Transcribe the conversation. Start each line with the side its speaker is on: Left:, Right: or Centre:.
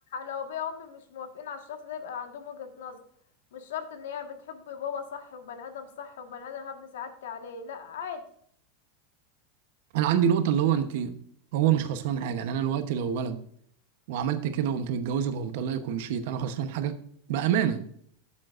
Left: لو بيا امي مش موافقين على الشخص ده يبقى عندهم وجهة نظر مش شرط ان هي بتحبه يبقى هو صح وبني ادم صح وبني ادم هبني سعادتي عليه لا عادي
Right: انا عندي نقطه اللي هو انت هو مش خسران حاجه يعني انا دلوقتي لو ولد وعملت كده وقمت متجوزك وقمت طلقك ومشيت انا خسران حاجه بامانه